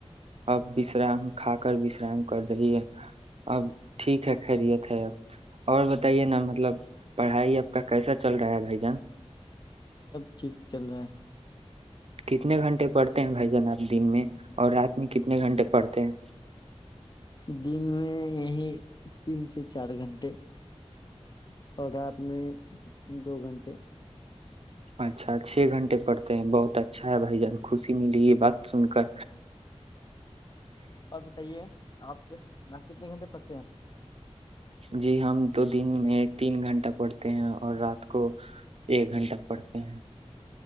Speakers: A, on the right (about 60°); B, on the left (about 40°).
A: اب وشرام کھا کر وشرام کر رہی ہے اب ٹھیک ہے خیریت ہے اب اور بتائیے نا مطلب پڑھائی اب کا کیسا چل رہا ہے بھائی جان
B: سب ٹھیک چل رہا ہے
A: کتنے گھنٹے پڑھتے ہیں بھائی جان آپ دن میں اور رات میں کتنے گھنٹے پڑھتے ہیں
B: دن میں یہی تین سے چار گھنٹے اور رات میں دو گھنٹے
A: اچھا چھ گھنٹے پڑتے ہیں بہت اچھا ہے بھائی جان خوشی ملی یہ بات سن کر
B: اور بتائیے آپ کے نپ کتنے گھنٹے پڑتے ہیں
A: جی ہم تو دن میں تین گھنٹے گ پڑھتے ہیں اور رات کو ایک گھنٹہ پڑھتے ہیں